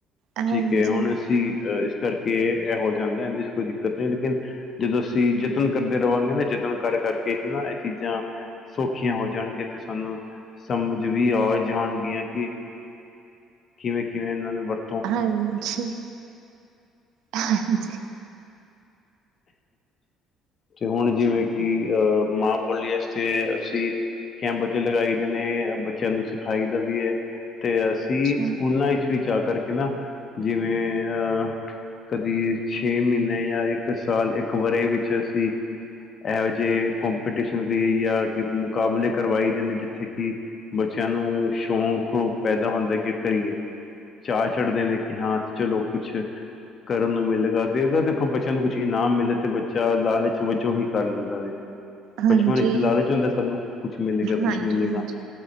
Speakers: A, on the right; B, on the left.
A: ਹਾਂਜੀ,
B: ਠੀਕ ਹੈ ਹੁਣ ਅਸੀਂ ਅ ਕਰਕੇ ਇਹੋ ਜਿ ਜਾਂਦਾ ਇਹਦੇ ਚ ਕੋਈ ਦਿੱਕਤ ਨਹੀਂ ਲੇਕਿਨ ਜਦੋਂ ਅਸੀਂ ਯਤਨ ਕਰਦੇ ਰਹਾਂਗੇ ਨਾ ਯਤਨ ਕਰ ਕਰਕੇ ਹੀ ਨਾ ਇਹ ਚੀਜ਼ਾਂ ਸੌਖੀਆਂ ਹੋ ਜਾਣਗੀਆਂ ਤੇ ਸਾਨੂੰ ਸਮਝ ਵੀ ਆ ਜਾਣਗੀਆਂ ਕਿ ਕਿਵੇਂ ਕਿਵੇਂ ਇਹਨਾਂ ਨੂੰ ਵਰਤ
A: ਹਾਂਾਂਜੀ ਹਾਂਜੀ
B: ਤੇ ਹੁਣ ਜਿਵੇਂ ਕਿ ਅਹ ਮਾਂ ਬੋਲੀ ਵਾਸਤੇ ਅਸੀਂ ਕ ਬੱਚੇ ਲਗਾਈ ਦੇ ਨੇ ਬੱਚਿਆਂ ਨੂੰ ਸਿਖਾਈ ਦਾ ਵੀ ਹੈ ਤੇ ਅਸੀਂ
A: ਅੱਛਾ,
B: ਸਕੂਲਾਂ ਵਿੱਚ ਵੀ ਜਾ ਕਰਕੇ ਨਾ ਜਿਵੇਂ ਅਹ ਕਦੀ ਛੇ ਮਹੀਨੇ ਜਾਂ ਇੱਕ ਇੱਕ ਸਾਲ ਇੱਕ ਵਰ੍ਹ ਵਿੱਚ ਅਸੀਂ ਇਹੋ ਜਿਹੇ ਕਪੀਟੀਸ਼ਨ ਕਰਏ ਮੁਕਾਬਲੇ ਕਰਵਾਈਦੇ ਜਿੱਥੇ ਕਿ ਬੱਚਿਆਂ ਨੂੰ ਸ਼ੌਕ ਪੈਦਾ ਹੁੰਦਾ ਕਿ ਕਰੀਏ ਚਾ ਚੜਦੇ ਨੇ ਕਿ ਹਾਂ ਚਲੋ ਕੁਛ ਕਰਨ ਨੂੰ ਮਿਲਗਾ ਤੇ ਉਹਦਾ ਦੇਖੋ ਬੱਚਿਆਂ ਨੂੰ ਕੁਛ ਇਨਾਮ ਮਿਲੇ ਤੇ ਬੱਚਾ ਲਾਲਚ ਵਜੋਂ ਹੀ ਕਰ ਲੈਂਦਾ ਵ
A: ਹਾਂਜੀ,
B: ਬਚਪ ਇੱਥੇ ਲਾਲਚ ਹੁੰਦਾ ਸਾਨੂੰ ਕੁਛ ਮਿਲੇਗਾ
A: ਹਾਂਜੀ,
B: ਕੁਛ ਮਿਲੇਗਾ
A: ਹਾਂਜੀ,